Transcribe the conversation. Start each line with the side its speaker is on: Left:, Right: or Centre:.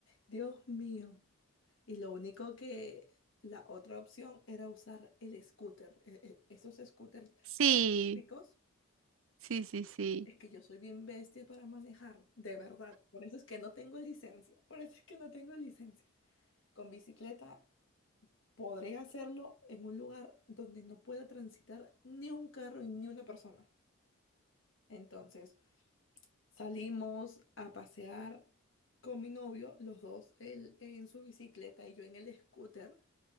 Left: Dios mío. Y lo único que la otra opción era usar el scooter. e- e- Esos scooters
Right: sí.
Left: ricos,
Right: Sí, sí, sí.
Left: es que yo soy bien bestia para manejar, de verdad. Por eso es que no tengo licencia. Por eso es que no tengo licencia. Con bicicleta podré hacerlo en un lugar donde no pueda transitar ni un carro y ni una persona. Entonces, salimos a pasear con mi novio, los dos, él en su bicicleta y yo en el scooter.